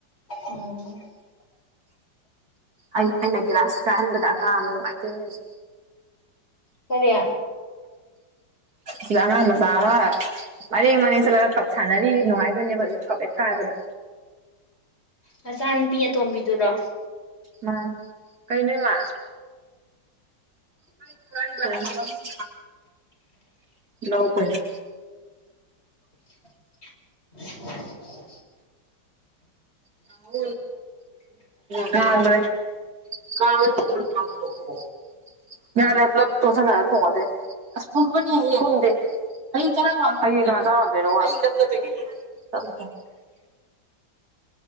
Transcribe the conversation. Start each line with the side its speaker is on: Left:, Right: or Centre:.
Left: ꯎꯝ
Right: ꯑꯩ ꯑꯩꯅ ꯒꯤꯂꯥꯁ ꯀꯥꯏꯍꯟꯕꯗ ꯑꯉꯥꯡ ꯑꯃ ꯅꯨꯡꯉꯥꯏꯗꯣꯏꯅꯤ ꯍꯧꯖꯤꯛ
Left: ꯀꯔꯤ
Right: ꯁꯤꯗ ꯑꯉꯥꯡ ꯃꯆꯥ ꯑꯃ ꯃꯔꯦꯡ ꯃꯔꯦꯡ ꯆꯠꯂꯒ ꯀꯞ ꯁꯥꯟꯅꯔꯤ ꯅꯨꯡꯉꯥꯏꯗꯣꯏꯅꯦꯕ ꯍꯖꯤꯛ ꯀꯞ ꯍ‌ꯦꯛ ꯀꯥꯏꯕꯗ
Left: ꯅꯆꯥꯅꯨꯄꯤ ꯑꯇꯣꯝꯕꯤꯗꯨꯔꯣ
Right: ꯃꯥꯅꯤ ꯀꯩꯅꫭ ꯏꯃꯥ <unintelligible> ꯅꯧ ꯀꯩꯅꫭ
Left: <unintelligible>
Right: <unintelligible> ꯀꯥꯝꯒꯔꯦ ꯀꯥꯔꯃ ꯊꯨꯅ ꯇꯧ ꯌꯥꯗꯦ ꯄꯨꯂꯞ ꯇꯣꯁꯟꯅꯔ ꯊꯣꯡꯉꯗꯨꯏ ꯑꯁ ꯄꯨꯝꯄꯅꯤ ꯍ‌ꯦ ꯄꯨꯝꯗꯦ ꯍꯌ‌ꯦꯡ ꯆꯔꯥ ꯋꯥꯟ ꯍꯌꯦꯡ ꯀꯅꯥ ꯆꯔꯥꯋꯥꯟꯗꯨꯏꯅ‌ꯣ ꯋꯥꯟ ꯑꯩꯒꯤ ꯂꯕꯨꯆꯇꯨꯢꯅꯦ ꯆꯠꯂꯨꯆꯜ